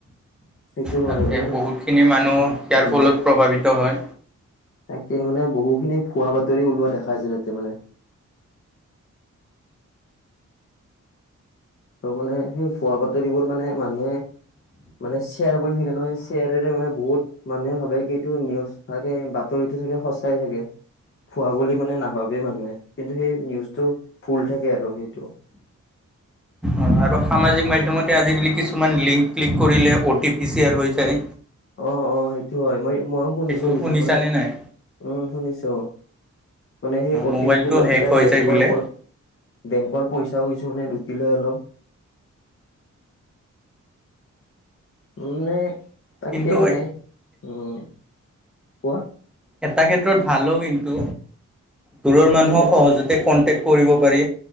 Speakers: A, on the left (about 45°); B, in the centre.
A: সেইটো
B: তাকে
A: হয় মানে
B: বহুতখিনি মানুহ ইয়াৰ
A: উম
B: ফলত প্ৰভাৱিত হয়।
A: তাকে মানে বহুখিনি ভুৱা বাতৰি ওলোৱা দেখা যায় তাতে মানে। আৰু মানে সেই ভুৱা বাতৰিবোৰ মানে মানুহে মানে শ্বেয়াৰ কৰি থাকে নহয়, শ্বেয়াৰৰে মানে বহুত মানুহে ভবে কি এইটো নিউজ থাকে বাতৰিটো চাগে সঁচাই থাকে। ভুৱা বুলি মানে নাভাবেই মানুহে, কিন্তু সেই নিউজটো ভুল থাকে আৰু সেইটো।
B: অ' আৰু সামাজিক মাধ্যমতে আজিকালি কিছুমান লিংক ক্লিক কৰিলে অ' টি পি শ্বেয়াৰ হৈ যায়।
A: অ', অ' সেইটো হয় মই ময়ো শুনিছো
B: সেইটো
A: পিছে
B: শুনিছানে
A: মানে
B: নাই?
A: উম শুনিছো। মানে সেই অ'
B: মোবাইলটো
A: টি পি টো লৈ
B: হেক
A: পেলাই
B: হৈ
A: বেংকৰ
B: যায় বোলে।
A: বেংকৰ পইচাওঁ কিছুমানে লুটি লয়, অলপ মানে তাকে
B: কিন্তু
A: মানে উম কোৱা?
B: এটা ক্ষেত্ৰত ভালো কিন্তু, দূৰৰ
A: উম
B: মানুহক
A: ঠিক আছে
B: সহজতে কণ্টেক্ট কৰিব পাৰি,